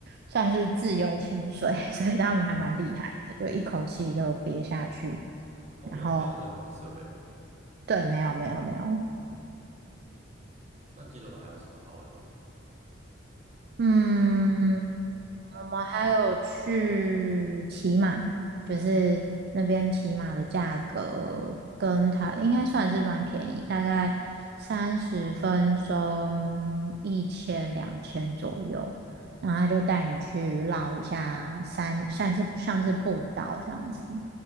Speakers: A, on the right; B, on the right.
A: 算是自由潜水，<laughs> 所以他们还蛮厉害的，
B: 嗯，
A: 就一口气就憋下去。
B: 哦，
A: 然后
B: 没有没有任何设备哦。
A: 对，没有没有没有，
B: 嗯，那济州岛还有什么好玩的吗？
A: 嗯，我们还有去骑马，就是那边骑马的价格跟它应该算是蛮便宜，大概三十分钟一千两千左右，然后他就带你去绕一下山，像是像是步道这样子。